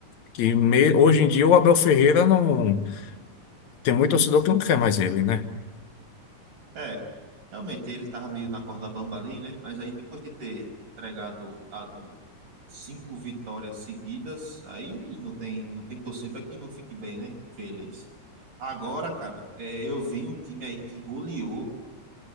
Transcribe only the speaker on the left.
que me- hoje em dia o Abel Ferreira não tem muito torcedor que não quer mais ele, né?